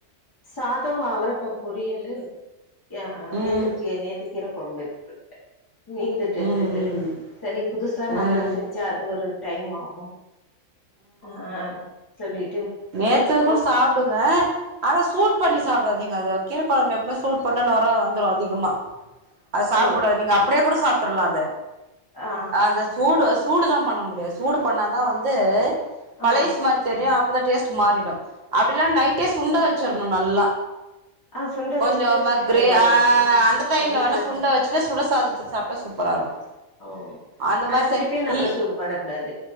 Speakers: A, on the left; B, on the right.
A: சாதம் அவரக்கா பொறியலு ய
B: ம்
A: நேத்துக்கி நேத்துக் கீர கொழம்பு எடுத்துக்கட்ட மீந்துட்டு
B: ம்
A: இருந்தது செரி புதுசா நம்மள
B: ம்
A: செஞ்சா அது ஒரு டைம் ஆகு அ ஆ சொல்லிட்டு
B: நேத்து
A: எனக்
B: கூட சாப்டுங்க ஆனா சூட் பண்ணி சாப்டாதீங்க அத கீரக்கொழம்ப எப்மே சூட் பண்ண நொற வந்துரு அதிகமா அது சாப்டக்
A: ஓ
B: கூடாது நீங்க அப் அப்டியே கூட சாப்டர்லா அத
A: ஆ
B: அந்த சூடு சூடு தா பண்ண முடியாது சூடு பண்ணாதா வந் து பழைஸ்
A: ஆ
B: மாரி தெரியு அப்பதா டேஸ்ட் மாறிடு அப்டி இல்ல நைட்டே சுண்ட வச்சிர்ணு நல்லா
A: ஆ சுண்ட
B: கொஞ்ச
A: வச்சுட்டு
B: ம
A: ஃப்ரிட்ஜ்
B: கிரே ஆ
A: அப்டி
B: அந்த டைம்ல
A: அப்டிதா
B: வேணா
A: இருந்த
B: சுண்ட வச் சு சுட சாதத்க் சாப்ட்ட சூப்பரா இருக்கு
A: ஓ
B: அந்த
A: ஆனா
B: மாரி
A: திருப்பியு
B: செ
A: நம்ம
B: இ
A: சூடு பண்ண கூடாது